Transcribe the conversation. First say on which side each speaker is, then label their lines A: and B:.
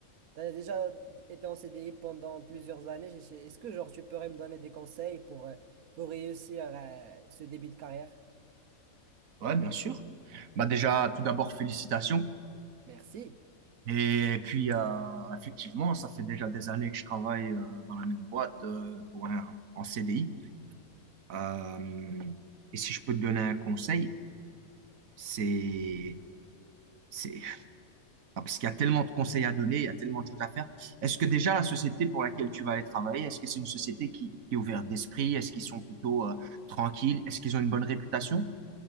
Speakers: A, on the right; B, on the right.
A: T'as déjà été en CDI pendant plusieurs années. Je sais- Est-ce que genre tu pourrais me donner des conseils pour, euh, pour réussir euh, ce début de carrière?
B: Ouais, bien sûr. Bah déjà, tout d'abord, félicitations.
A: Merci.
B: Et puis, euh, effectivement, ça fait déjà des années que je travaille euh, dans la même boîte euh, pour un, en CDI. Euh, et si je peux te donner un conseil, c'est, c'est, ah, parce qu'il y a tellement de conseils à donner, il y a tellement de choses à faire. Est-ce que déjà la société pour laquelle tu vas aller travailler, est-ce que c'est une société qui, qui est ouverte d'esprit? Est-ce qu'ils sont plutôt euh, tranquilles? Est-ce qu'ils ont une bonne réputation?